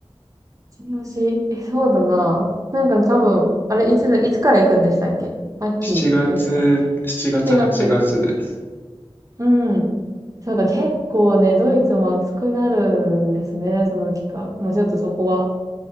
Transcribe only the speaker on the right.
チしえ、そうだな。なんか多分、あれ、いつだ、いつから行くんでしたっけ秋でした。
7月。
うん。そうか、結構ね、ドイツも暑くなるんですね、その期間。まあちょっとそこは